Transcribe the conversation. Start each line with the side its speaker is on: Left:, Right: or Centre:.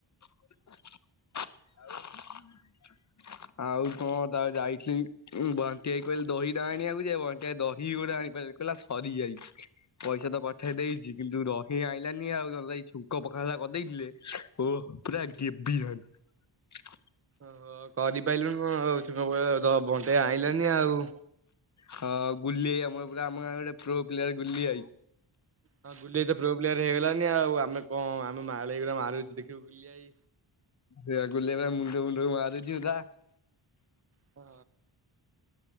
Left: ଆଉ ଆଉ କଣ ତା ଯାଇଥିଲି ଉଁ, ବଣ୍ଟି ଭାଇ କହିଲେ ଦହି ଟା ଆଣିବାକୁ ଯେ। ବଣ୍ଟି ଭାଇ ଦହି ଗୋଟେ ଆଣି ବେ କହିଲା ସରିଯାଇଛି। ପଇସା ତ ପଠେଇ ଦେଇଚି କିନ୍ତୁ ଦହି ଆଇଲାନି। ଆଉ ନହେଲେ ନାଇ ଛୁଙ୍କ ପଖାଳ ଟା କରିଦେଇଥିଲେ। ଓଃ ପୁରା ଗେବି ଥାଆନ୍ତି।
Right: ଓହୋ! କରିପାଇଲୁଣୁ କଣ ଭାବୁଛୁ, ବଣ୍ଟି ଭାଇ ଆଣିଲାନି ଆଉ।
Left: ହଁ ଗୁଲୀ ଆମର ପୁରା ଆମ ଗାଁ ଆଡେ ପ୍ରୋ ପ୍ଲେୟାର୍ ଗୁଲୀ ଆଇ।
Right: ହଁ ଗୁଲି ଭାଇ ତ ପ୍ରୋ ପ୍ଲେୟାର୍ ହେଇଗଲାନି ଆଉ। ଆମେ କଣ ଆମେ ମାଳେଇକର ମାରୁଚୁ ଦେଖିବୁ ଗୁଲି ଭାଇ
Left: ସେୟା ଗୁଲି ଭାଇ ପରା ମୁଣ୍ଡ ଫୁଣ୍ଡରେ ମାରୁଚୁ ତା
Right: ହଁ।